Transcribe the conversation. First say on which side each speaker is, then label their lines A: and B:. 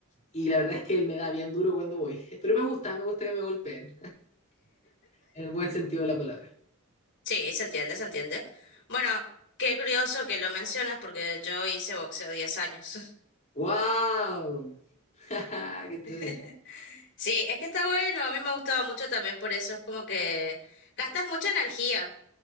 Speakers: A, on the left; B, on the left.
A: y la verdad es que él me da bien duro cuando voy. Pero me gusta, me gusta que me golpeen, en el buen sentido de la palabra.
B: sí, se entiende, se entiende. Bueno, qué curioso que lo mencionas porque yo hice boxeo 10 años.
A: ¡Wow! <laughs> ¡Qué entrete!
B: <laughs> Sí, es que está bueno, a mí me gustaba mucho también por eso, es como que gastas mucha energía,